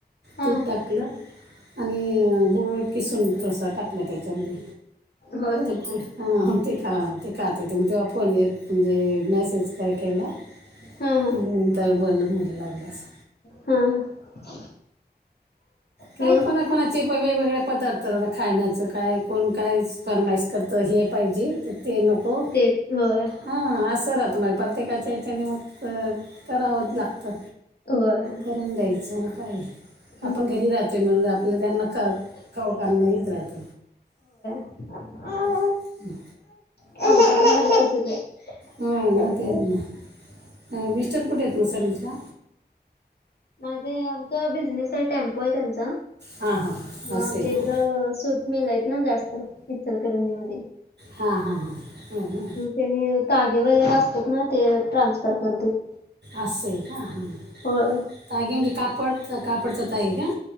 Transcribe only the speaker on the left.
हा
होय
हा हा
हा हा
मग
ते होय
होय
हम्म.
अ
का
माझे आमचा बिझनेस आहे टेम्पो आहे त्यांचा
ह
आमच्या
इकडं सूत मेलय आहेत ना जास्त इचलकरंजी मध्ये
त्यानी तागे वगैरे असतात ना ते ट्रान्सफर करतील
होय.